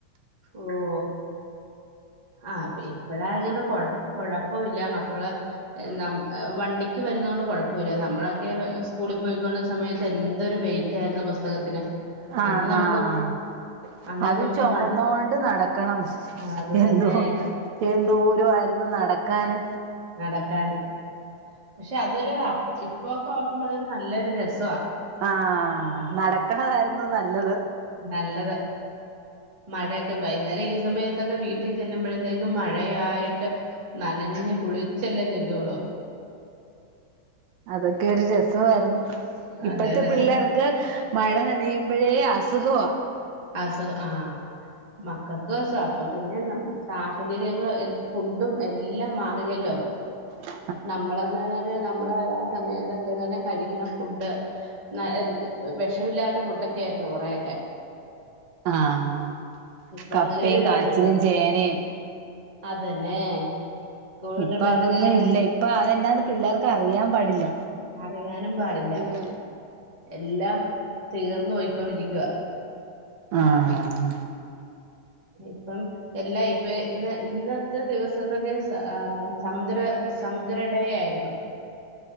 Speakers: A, on the right; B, on the right.
A: ഓഹ് ആഹ് ഇപ്പഴ അങ്ങട്ട കൊഴപ്പല്ല മക്കള് എല്ലാം വണ്ടി വരുന്നത കൊണ്ട് കുഴപ്പമില്ല നമ്മളൊക്കെ സ്കൂളിൽ പോയിക്കൊന്ന സമയത്ത് എന്തൊരു വെയിറ്റ് ആയിരുന്നു പുസ്തകത്തിന്
B: ആഹ്
A: അന്ന് നമുക്ക്
B: ആഹ്
A: അന്നേരം
B: അതും
A: നമുക്ക്
B: ചുമന്നൊണ്ട്
A: വൺ
B: നടക്കണം
A: ആ, അത് തന്നെ
B: എന്തോ എന്തൂര ആയിരുന്നു നടക്കാന്
A: നടക്കാന്, പക്ഷെ അതൊരു ഇപ്പോക്കെ ഓർക്കുമ്പോ അതൊരു നല്ലൊരു രസവാ
B: ആഹ് നടക്കണതായ്ര്ന്നു നല്ലത്
A: നല്ലത് മഴയക്കെ വൈന്നേരം ഈ സമയത്തൊക്കെ വീട്ടി ചെല്ലുമ്പഴത്തേക്ക് മഴയായി് ട്ട് നനഞ് കുളിച്ചല്ലേ ചെല്ലുവളൂ
B: അതൊക്കെ ഒരു രസവാർന്നു ഇപ്പഴത്തെ
A: അതെ അതെ
B: പിള്ളേർ ക്ക് മഴ നനയുമ്പഴേ അസുഖവ
A: അസുഖ ആഹ് മക്കക്ക് സ അപ്പൊ പിന്നെ സാഹചര്യങ്ങള് ഫുഡും എല്ലാം മാറിയല്ലോ
B: ഉ
A: നമ്മള എന്താ <unintelligible> നമ്മള് ആ സമയത്തൊക്കെങ്ങനെ കഴിക്കണ ഫുഡ് ന്ന വെഷമില്ലാത്ത ഫുഡൊക്കെ ആയിരുന്നു കുറേയൊക്കെ
B: ആഹ്
A: ഇപ്പൊ
B: കപ്പയും
A: അങ്ങനെ ഒരു കാര്യം
B: കാച്ചിലും
A: ഉണ്ടല്ലോ
B: ചേനയും
A: അതന്നെ സ്കൂൾ വിട്ടുമ്പോ
B: ഇപ്പൊ
A: എന്തെങ്കിലും
B: അതൊന്നും
A: അങ്ങനെ
B: ഇല്ല ഇപ്പൊ അതെന്നാന്ന് പിള്ളേർക്ക് അറിയാൻ പാടില്ല
A: അറിയാനും പാടില്ല
B: ഉ
A: എല്ലാം തീർന്നു പൊയ്ക്കൊണ്ടിരിക്കുവ
B: ആഹ്
A: ഇപ്പം എല്ലാ ഇപ്പൊ ഇന്ന് ഇന്നത്തെ ദിവസംന്ന്ക്കെ സ ആഹ് സമുദ്ര സമുദ്ര ഡേ ആയിരുന്നു